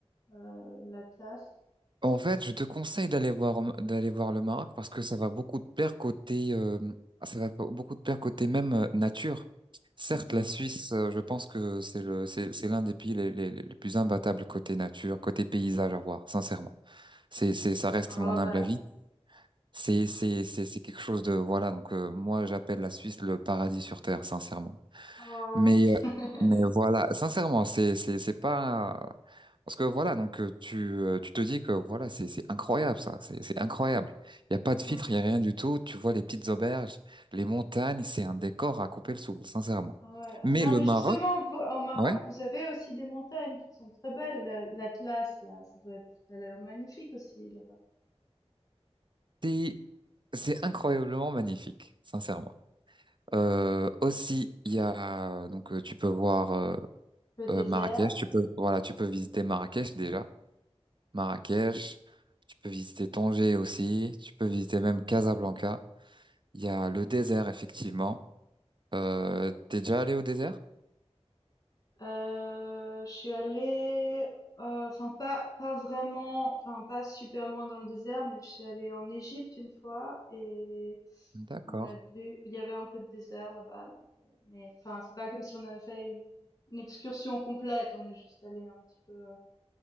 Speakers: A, on the left; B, on the right.
A: euh, l'Atlas.
B: En fait, je te conseille d'aller voir d'aller voir le Maroc parce que ça va beaucoup te plaire côté euh, ça va beaucoup te plaire côté même euh, nature. Certes,
A: Mhm.
B: la Suisse, euh, je pense que c'est le c'est c'est l'un des pays les, les, les plus imbattables côté nature, côté paysage à voir, sincèrement. C'est c'est ça reste
A: Oh,
B: mon
A: bah,
B: humble avis. C'est c'est
A: ouais.
B: c'est c'est quelque chose de voilà, donc euh, moi j'appelle la Suisse le paradis sur terre, sincèrement.
A: Oh.
B: Mais, euh,
A: <laughs>
B: mais voilà, sincèrement, c'est, c'est, c'est pas. Parce que voilà, donc euh, tu, euh, tu te dis que voilà, c'est, c'est incroyable ça, c'est, c'est incroyable. Il n'y a pas de filtre,
A: Ouais.
B: il n'y a rien du tout. Tu vois les petites auberges, les montagnes, c'est un décor à couper le souffle, sincèrement.
A: Ouais.
B: Mais
A: Non,
B: le
A: mais
B: Maroc,
A: justement, vous, en Maroc,
B: ouais,
A: vous avez aussi des montagnes qui sont très belles. La- L'Atlas, là, ça doit être, ça a l'air magnifique aussi, là-bas.
B: c'est, c'est incroyablement magnifique, sincèrement. Euh, aussi, il y a, donc euh, tu peux voir euh,
A: Le désert.
B: euh, Marrakech, tu peux, voilà, tu peux visiter Marrakech déjà. Marrakech, tu peux visiter Tanger aussi, tu peux visiter même Casablanca. Il y a le désert, effectivement. Euh, t'es déjà allé au désert?
A: Euh, je suis allée, euh, enfin pas pas vraiment, enfin pas super loin dans le désert, mais je suis allée en Égypte une fois et
B: D'accord.
A: on a vu, il y avait un peu de désert là-bas, donc, euh, mais enfin c'est pas comme si on avait fait une, une excursion complète, on est juste allé un petit peu euh,